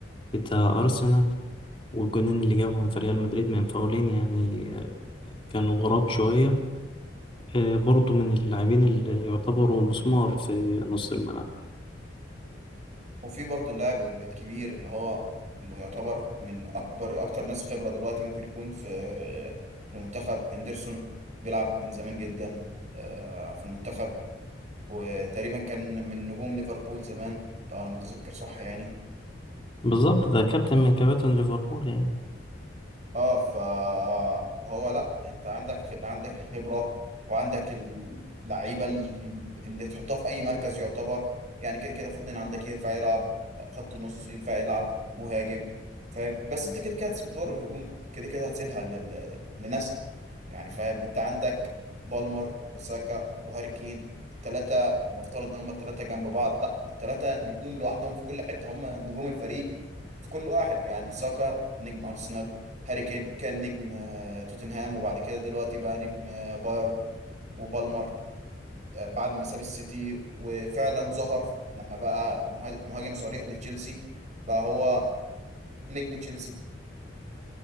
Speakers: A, on the left (about 30°); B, on the right (about 40°).
A: بتاع أرسنال والجونين اللي جابهم في ريال مدريد من فاولين يعني كانوا غراب شوية آه، برضو من اللاعبين اللي يعتبروا مسمار في نص الملعب
B: وفي برضه اللاعب ال- الكبير اللي هو م- يعتبر من اكبر اكتر ناس خبرة دلوقتي ممكن يكون في في المنتخب هندرسون بيلعب من زمان جدا آه، في المنتخب وتقريبا كان من نجوم ليفربول زمان لو انا متذكر صح يعني
A: بالظبط ده كابتن من كباتن ليفربول يعني
B: اه ف- فهو لا انت عندك عندك الخبره وعندك اللعيبه اللي اللي تحطها في اي مركز يعتبر يعني كده كده فودن عندك ينفع يلعب خط نص ينفع يلعب مهاجم فاهم بس انت كده كده هتسيب دور الهجوم كده كده هتسيبها لل... لناسها يعني فاهم انت عندك بالمر وساكا وهاري كين الثلاثه نفترض ان هم الثلاثه جنب بعض لا الثلاثه نجوم لوحدهم في كل حته هم نجوم الفريق في كل واحد يعني ساكا نجم ارسنال هاري كين كان نجم آه، توتنهام وبعد كده دلوقتي بقى نجم آه، بايرن وبالمر آه، بعد ما ساب السيتي وفعلا ظهر لما بقى مهاج- مهاجم صريح لتشيلسي بقى هو نجم تشيلسي